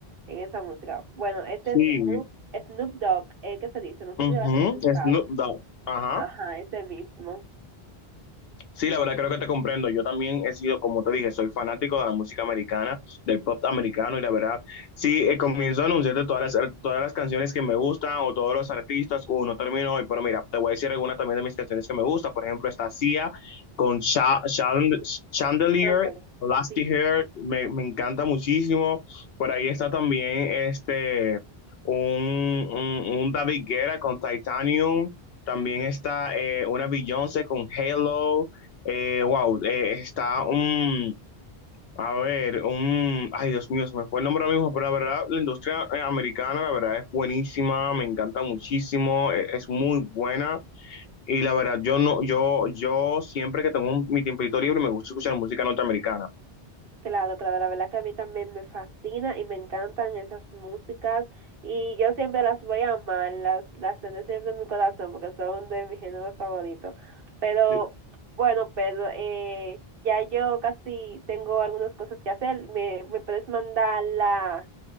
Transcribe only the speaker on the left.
Sí.
Ujú,
es Snoop Dogg. Ajá.
Sí, la verdad creo que te comprendo. Yo también he sido, como te dije, soy fanático de la música americana, del pop americano y la verdad, sí, eh, comienzo a anunciarte todas las, todas las canciones que me gustan o todos los artistas, uno termino hoy, pero mira, te voy a decir alguna también de mis canciones que me gustan. Por ejemplo, está Sia con Cha- Chan- Chandelier,
Lasty
Hair, me, me encanta muchísimo. Por ahí está también este, un, un, un David Guetta con Titanium. También está eh, una Beyoncé con Halo. Eh, wow, eh, está un, a ver, un, ay Dios mío, se me fue el nombre ahora mismo, pero la verdad, la industria eh, americana, la verdad, es buenísima, me encanta muchísimo, eh, es muy buena. Y la verdad, yo no, yo, yo siempre que tengo un- mi tiempito libre me gusta escuchar música norteamericana.
Sí,